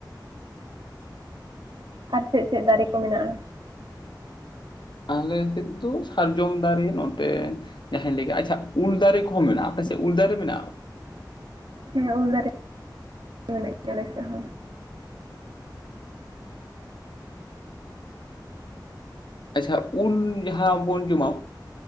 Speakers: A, on the right; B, on the left.
A: ᱟᱨ ᱪᱮᱫ ᱪᱮᱫ ᱫᱟᱨᱮ ᱠᱚ ᱢᱮᱱᱟᱜᱼᱟ?
B: ᱟᱞᱮ ᱥᱮᱫ ᱫᱚ ᱥᱟᱨᱡᱚᱢ ᱫᱟᱨᱮ ᱱᱚᱛᱮ ᱡᱟᱦᱟᱸᱭ ᱞᱮᱠᱟ, ᱟᱪᱪᱷᱟ ᱩᱞ ᱫᱟᱨᱮ ᱠᱚᱦᱚᱸ ᱢᱮᱱᱟᱜᱼᱟ ᱟᱯᱮᱥᱮᱫ ᱩᱞ ᱫᱟᱨᱮ ᱢᱮᱱᱟᱜᱼᱟ?
A: ᱦᱮᱸ ᱩᱞ ᱫᱟᱨᱮ <inaudible> ᱢᱮᱱᱟᱜ ᱜᱮᱭᱟ ᱟᱞᱮᱥᱮᱜ ᱦᱚᱸ
B: ᱟᱪᱷᱟ ᱩᱞ ᱡᱟᱦᱟᱸ ᱵᱚᱱ ᱡᱚᱢᱟ